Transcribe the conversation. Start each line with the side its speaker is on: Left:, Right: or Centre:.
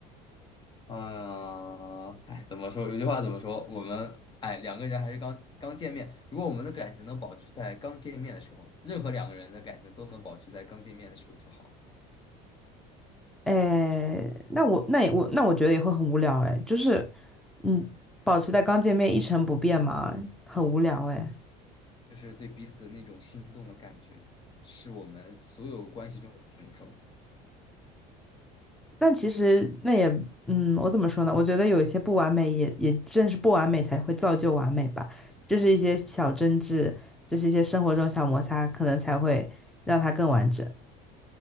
Left: 嗯，哎，怎么说？有句话怎么说？我们哎，两个人还是刚刚见面。如果我们的感情能保持在刚见面的时候，任何两个人的感情都能保持在刚见面的时候就好。
Centre: 哎，那我那也我那我觉得也会很无聊哎，就是嗯，保持在刚见面一成不变嘛，很无聊哎。
Left: 就是对彼此那种心动的感觉，是我们所有关系中的顶峰。
Centre: 但其实那也，嗯，我怎么说呢？我觉得有一些不完美也，也正是不完美才会造就完美吧。这是一些小争执，这是一些生活中小摩擦，可能才会让它更完整。